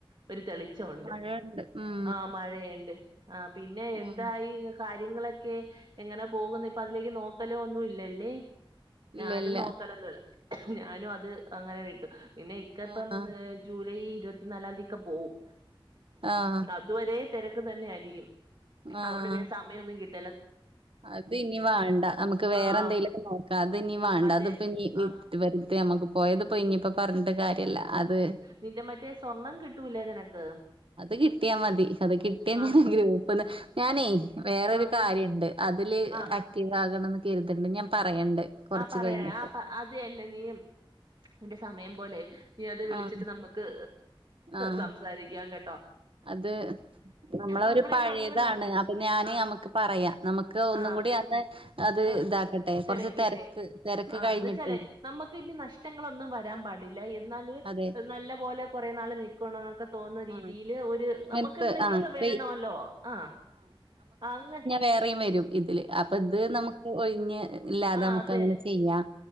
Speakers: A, on the right; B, on the right.
A: ഒരു തെളി ച്ചോണ്ട്
B: മഴയുണ്ട് ഉം
A: ആഹ് മഴയുണ്ട് ആഹ് പിന്നെ എന്തായി
B: ആഹ്
A: കാര്യങ്ങള് ക്കെ എങ്ങനെ പോകുന്നു ഇപ്പൊ അതിലേക്ക് നോക്കല് ഒന്നുഇല്ലല്ലേ
B: ഇല്ല
A: ഞാനും
B: ഇല്ല
A: നോക്കലൊന്നുഇല്ല ഞാനും അത് അങ്ങനെ വിട്ടു പിന്നെ ഇക്ക ഇപ്പം
B: ആഹ്
A: ഏഹ് ഈ ഇരുപത്തിനാലാം തീയക്ക പോവും
B: ആഹ്
A: അതുവരെ തെരക്ക് തന്നെയായിരിക്കും
B: ആഹ്
A: അതുകൊണ്ട് പിന്നെ സമയൊന്നും കിട്ട്
B: അത് ഇനി വാണ്ട നമുക്ക് വേറെ
A: ആഹ്
B: എന്തേലുഒക്കെ നോക്കാം അത് ഇനി വാണ്ട
A: അതെ
B: അതിപ്പോ ഇനി ന്
A: ആഹ്
B: റ്റ് വെറുതെ നമ്മക്ക് പോയത്പ്പോയി ഇനിപ്പ പറഞ്ഞിട്ട് കാര്യല്ല അത്
A: നിന്റെ മറ്റേ സ്വർണ്ണം കിട്ടൂല്ലേ നിനക്ക്
B: അത് കിട്ടിയാ മതി അത് കിട്ടിയാ ഞാൻ
A: ആഹ്
B: ഗ്രൂപ്പ്ന്ന് ഞാനേ വേറൊരു
A: ആഹ്
B: കാര്യണ്ട് അതില്
A: ആഹ്
B: ആക്റ്റീവ് ആകണംന്ന് കരുത്ണ്ട് ഞാൻ പറയണ്ട് കൊറച്ച്
A: ആഹ് പറയാ
B: കഴിഞ്ഞിട്ട്
A: ആഹ് പ അത് തന്നെ നീ നിന്റെ സമയം പോലെ നീ അത് വിളിച്ചിട്ട്
B: ആഹ്
A: നമ്മക്ക്
B: ആഹ്
A: സംസാരിക്കാം കേട്
B: അത് നമ്മള
A: നമ്മളന്ന്
B: ഒരു പഴേതാണ്
A: അങ്ങ്
B: അപ്പൊ ഞാന്
A: ആഹ്
B: നമക്ക് പറയാ നമുക്ക് ഒന്നും
A: ആഹ്
B: കൂടി അന്ന് അത്
A: ആഹ്
B: ഇതാക്കട്ടെ കുറച്ച്
A: തിരക്കിയിട്ടെ
B: തെരക്ക് തെരക്ക്
A: ആഹ്
B: കഴിഞ്ഞിട്ടേ
A: എന്ന് വെച്ചാലേ നമ്മക്ക് ഇഞ്ഞി നഷ്ടങ്ങളൊന്നും വരാൻ പാടില്ല എന്നാല്
B: അതെ
A: നല്ല പോലെ കുറേ നാള് നിക്ക് ക്കണോന്നൊക്ക തോന്നുന്ന രീതില്
B: ആഹ്
A: ഒരു
B: അങ്ങനത്തെ
A: നമുക്ക് എന്തെങ്കിലൊക്കെ
B: ആഹ് ഇപ്പ
A: വേണോല്ലോ ആഹ് അങ്ങന്
B: വേറെം വരും ഇതില് അപ്പൊ ഇത് നമുക്ക് ഒഴിഞ്ഞ് ഇല്ലാതെ
A: ആഹ്
B: നമുക്ക്
A: അത്
B: അങ്ങനെ ചെയ്യാം